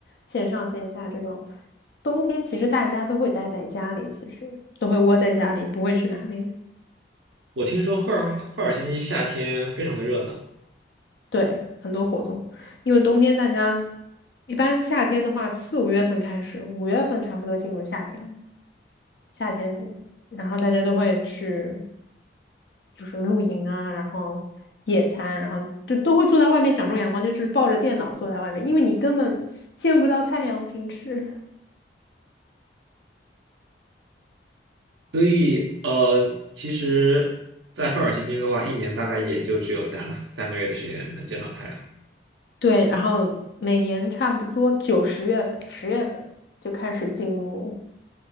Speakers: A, on the left (about 60°); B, on the right (about 80°).
A: 线上线下这种，冬天其实大家都会待在家里，其实都会窝在家里，不会去哪里。
B: 我听说赫尔赫尔辛基夏天非常的热闹，
A: 对，很多活动，因为冬天大家一般夏天的话，四五月份开始，五月份差不多进入夏天了。夏天，然后大家都会去就是露营啊，然后野餐，然后就都会坐在外面享受阳光，就是抱着电脑坐在外面，因为你根本见不到太阳，平时。
B: 所以呃，其实，在赫尔辛基的话，一年大概也就只有三个三个月的时间能见到太阳。
A: 对，然后每年差不多九十月份、十月份就开始进入